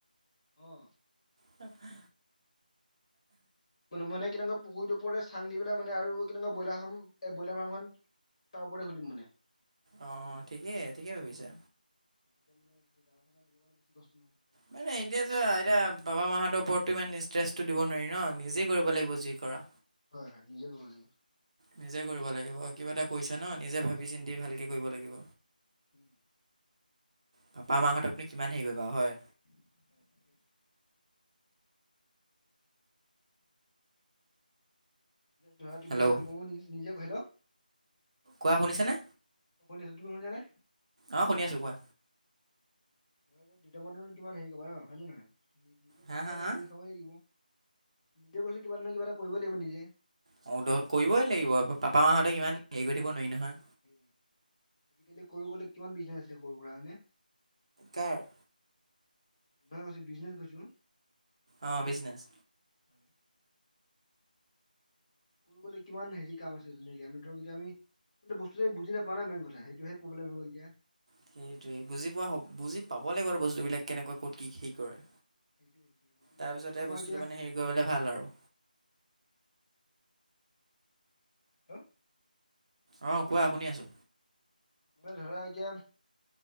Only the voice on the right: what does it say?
তা পা
অ
ঠিকেই ঠিকেই ভাবিছা।
মানে এতিয়াজ এতিয়া বাবা মাহতব ওপৰতটো ইমান ষ্ট্ৰেচটো দিব নোৱাৰি ন নিজে কৰিব লাগিব যি কৰা।
নিজে কৰিব লাগিব। কিবা এটা কৈছা ন নিজে ভাবি চিন্তি ভালকে কৰিব লাগিব।
পাপা মাহঁতক তুমি কিমান হেৰি কৰিবা হয়।
হেল্ল'
কোৱা শুনিছেনে?
অ শুনি আছো কোৱা?
হা
হা হা
অ কৰিবই লাগিব পাপা মাহঁতেক ইমান হেৰি কৰি থাকিব নোৱাৰি নহয়।
কাৰ
অ বিজনেছ।
সেইটোৱে বুজি পোৱা হ বুজি পাব লাগিব ব বস্তুবলাক কেনেকুৱা ক'ত কি সেই কৰে।
তাৰপিছতে
বস্তুটো
মানে হেৰি কৰিবলে ভাল আৰু।
অহ কোৱা শুনি আছো?